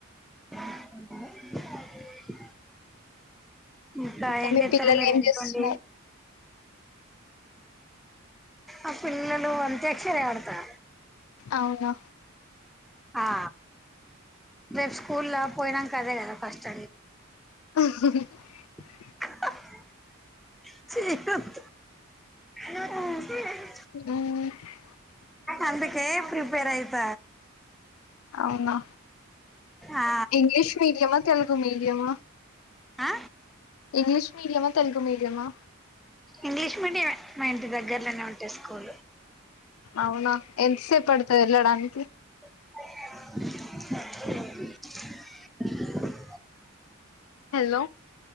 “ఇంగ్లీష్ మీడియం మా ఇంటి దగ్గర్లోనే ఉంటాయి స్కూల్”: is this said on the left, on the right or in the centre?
Centre